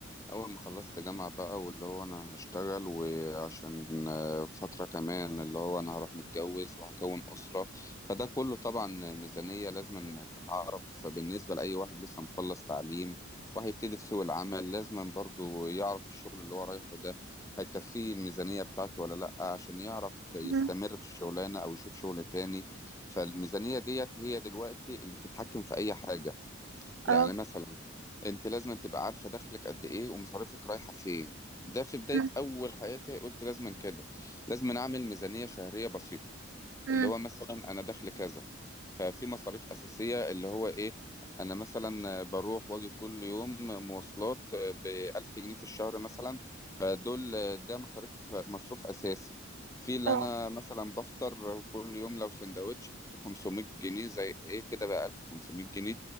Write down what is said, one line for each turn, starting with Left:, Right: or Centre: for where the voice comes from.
Left: اول ما خلصت جامعة بقى واللي هو انا هشتغل وعشان آه، فترة كمان اللي هو انا هروح متجوز وهكون أسرة فده كله طبعا ميزانية لازم تتعرف بالنسبة لأي واحد لسه مخلص تعليم وهيبتدي في سوق العمل لازم برضو يعرف الشغل اللي هو رايحه ده هيكفيه الميزانية بتاعته ولا لأ عشان يعرف يستمر
Right: مم.
Left: في الشغلانة أو يشوف شغل تاني فالميزانية ديت هي دلوقتي اللي بتتحكم في أي حاجة
Right: اه
Left: يعني مثلا انت لازم تبقى عارفه دخلك قد ايه ومصاريفك رايحه فين ده في بدايه
Right: مم.
Left: اول حياتي قلت لازم كده لازم اعمل ميزانيه شهريه بسيطه
Right: مم.
Left: اللي هو مثلا انا دخل كذا ففي مصاريف اساسيه اللي هو ايه انا مثلا بروح واجي كل يوم مواصلات ب 1000 جنيه في الشهر مثلا فدول ده مصاريف مصروف اساسي في اللي
Right: آه،
Left: انا مثلا بفطر كل يوم لو سندوتش ففي 500 جنيه زي ايه كده بقى 1500 جنيه